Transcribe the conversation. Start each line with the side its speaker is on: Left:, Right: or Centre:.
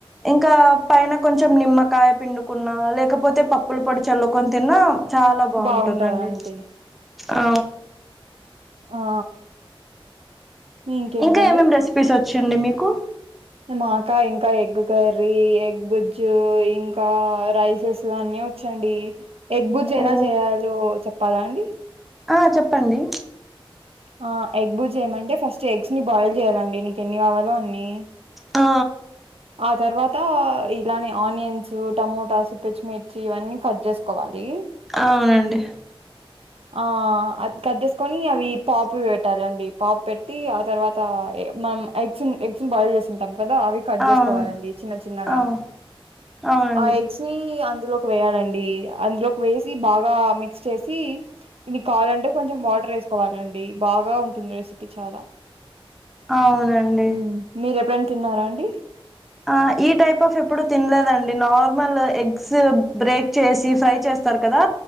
Centre: ఇంకా పైన కొంచెం నిమ్మకాయ పిండుకున్నా లేకపోతే పప్పులు పొడి చల్లు కోని తిన్న చాలా బాగుంటుందండి
Right: బాగుంటదండి
Centre: ఆ
Right: ఆ ఇంకేంటండి
Centre: ఇంకా ఏమేమేం రెసిపీస్ వచ్చ్ వచ్చండి మీకు
Right: మాకా ఇంకా ఎగ్ కర్రీ ఎగ్ బుజ్జు ఇంకా రైసెస్ అన్నీ వచ్చండి. ఎగ్బుజ్ ఎలా
Centre: ఓ
Right: చేయలో చెప్పాలా అండి.
Centre: ఆ చెప్పండి.
Right: ఆ ఎగ్ బుజ్ ఏమంటే ఫస్ట్ ఎగ్స్ ని బాయిల్ చేయాలండి నీకు ఎన్ని కావాలో అన్ని
Centre: ఆ
Right: ఆ తర్వాత ఇలానే ఆనియన్స్ టమోటాస్ పచ్చిమిర్చి ఇవన్నీ కట్ చేసుకోవాలి.
Centre: అవునండి
Right: ఆ అది కట్చేసుకొని అవి పాపు పెట్టాలండి పాప్ పెట్టి ఆ తర్వాత మనం ఎగ్స్ ఎగ్స్ బాయిల్ చేసింటాం పదా ఆవి కట్ చేసు
Centre: అవును
Right: కొవాలండి చిన్న చిన్నగా
Centre: అవు అవునండి
Right: ఆ ఎగస్ ని అందులోకి వేయాలండి అందులోకి వేసి బాగా మిక్స్ చేసి ఇ కావాలంటే కొంచెం వాటర్ వేసుకోవాలండి బాగా ఉంటుంది రెసిపీ చాలా
Centre: అవునండి
Right: హ్మ్. మీరు ఎప్పుడైనా తిన్నారా అండి
Centre: ఆ ఈ టైప్ ఆఫ్ ఎప్పుడు తినలేదండి నార్మల్ ఎగ్స్ బ్రేక్ చేసి ఫ్రై చేస్తారు కదా